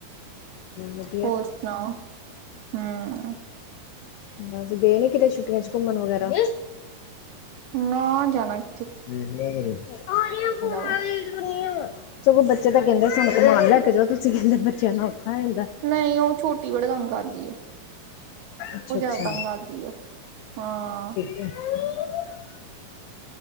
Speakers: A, on the left; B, on the right.
A: ਵਧ
B: ਹੋਰ ਸੁਣਾਓ, ਹੂੰ?
A: ਬਸ ਗਏ ਨੀ ਕਿਤੇ ਛੁਟੀਆਂ ਚ ਘੁੰਮਣ ਵਗੈਰਾ?
B: ਨਾ ਜਣਕ
A: ਫ <unintelligible>
B: ਵਾ
A: ਸਗੋਂ ਬੱਚੇ ਤਾਂ ਕਹਿੰਦੇ ਸਾਨੂੰ ਕਮਣ ਲੈ ਕੇ ਜਾ ਤੁਸੀਂ ਕਹਿੰਦੇ ਬੱਚਿਆਂ ਨੂੰ ਔਖਾ ਜਾਂਦਾ।
B: ਨਹੀਂ ਉਹ ਛੋਟੀ ਬੜੇ ਕੰਮ ਕਰਦੀ।
A: ਅੱਛਾ
B: ਉਹ ਜ਼ਿਆਦਾ
A: ਅੱਛਾ
B: ਤੰਗ ਆਦੀ ਆ ਹਾਂ।
A: <unintelligible>